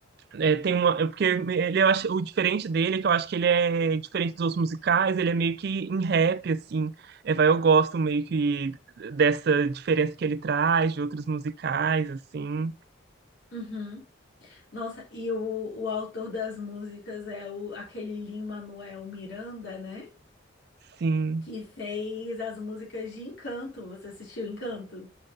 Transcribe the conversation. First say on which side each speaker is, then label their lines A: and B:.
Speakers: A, on the right; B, on the left.
A: é, tem uma, é porque ele, eu acho, o diferente dele é que eu acho que ele é diferente dos outros musicais, ele é meio que em rap, assim. É, vai, eu gosto meio que dessa diferença que ele traz de outros musicais, assim.
B: Uhum. Nossa, e o, o autor das músicas é o, aquele Lin-Manuel Miranda, né?
A: Sim.
B: Que fez as músicas de Encanto. Você assistiu Encanto?